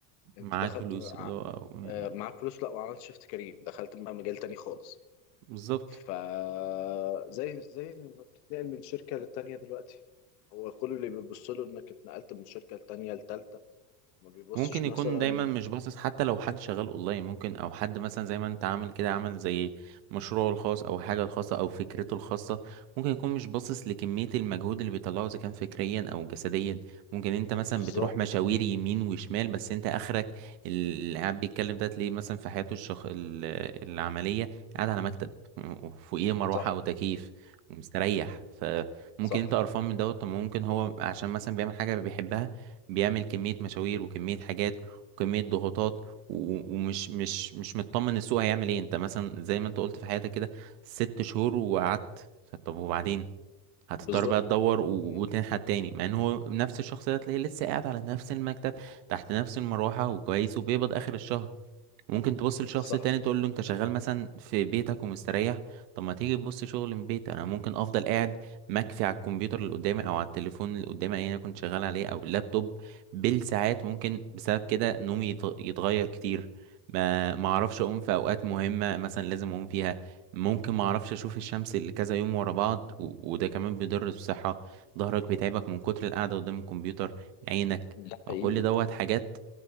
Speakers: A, on the left; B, on the right.
A: أنت
B: معاك
A: دخلت
B: فلوس
A: مع-
B: اللي هو يعني
A: آه، معاك فلوس لا وعملت شيفت كارير دخلت بقى مجال تاني خالص
B: بالظبط
A: فزي زي لما بتتنقل من شركة للتانية دلوقتي هو كل اللي بيبص له انك اتنقلت من شركة لتانية لتالتة ما بيبصش
B: ممكن يكون
A: مثلا
B: دايما مش باصص حتى لو حد شغال اونلاين ممكن او حد مثلا زي ما انت عامل كده عامل زي مشروعه الخاص او حاجه الخاصه او فكرته الخاصه ممكن يكون مش باصص لكميه المجهود اللي بيطلعه اذا كان فكريا او جسديا ممكن انت مثلا
A: بالظبط
B: بتروح مشاوير يمين وشمال بس انت اخرك اللي قاعد بيتكلم ده تلاقيه مثلا في حياته الشخ... ال- العمليه قاعد على مكتب <laughs> وفوقيه مروحه
A: صح
B: او تكييف ومستريح فممكن
A: صح
B: انت قرفان من دوت طب ممكن هو عشان مثلا بيعمل حاجه بيحبها بيعمل كمية مشاوير وكمية حاجات وكمية ضغوطات و- ومش مش مش مطمن السوق هيعمل ايه انت مثلا زي ما انت قلت في حياتك كده ست شهور وقعدت طب وبعدين هتضطر
A: بالظبط
B: بقى تدور و-
A: م-
B: وتنحت تاني مع ان هو نفس الشخص ده تلاقيه لسه قاعد على نفس المكتب تحت نفس المروحة وكويس وبيقبض اخر الشهر ممكن تبص لشخص
A: صح
B: تاني تقول له انت شغال مثلا في بيتك ومستريح طب ما تيجي تبص شغل من بيت انا ممكن افضل قاعد مكفي على الكمبيوتر اللي قدامي او على التليفون اللي قدامي اللي انا كنت شغال عليه او اللابتوب بالساعات ممكن بسبب كده نومي يت- يتغير كتير ما ما اعرفش اقوم في اوقات مهمة مثلا لازم اقوم فيها ممكن ما اعرفش اشوف الشمس اللي كذا يوم ورا بعض و... وده كمان بيضر بالصحة ظهرك بيتعبك من كتر القعدة قدام الكمبيوتر عينك
A: ده
B: ما
A: حقيقي
B: كل دوت حاجات